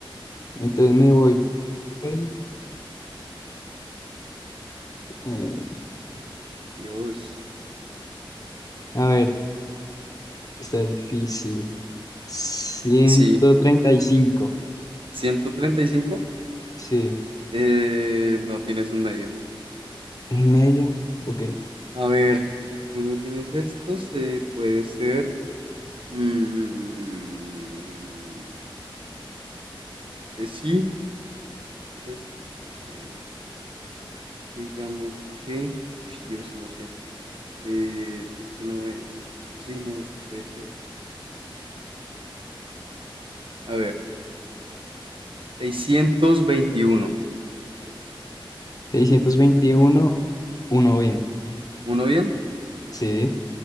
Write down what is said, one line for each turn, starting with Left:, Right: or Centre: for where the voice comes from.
Left: Entonces me voy por el, eh,
Right: Dios.
Left: a ver, está difícil. ciento
Right: Sí.
Left: treinta y cinco,
Right: 135.
Left: sí.
Right: Eh, no tienes un medio.
Left: Un medio, ok.
Right: A ver, si tú no tienes esto, se puede ser. mm, este sí. Este. Digamos que. uy, Dios, no sé. Eh, este no es. Sí, no, este puede ser. A ver. seiscientos veintiuno
Left: seiscientos veintiuno, uno bien,
Right: ¿Uno bien?
Left: sí.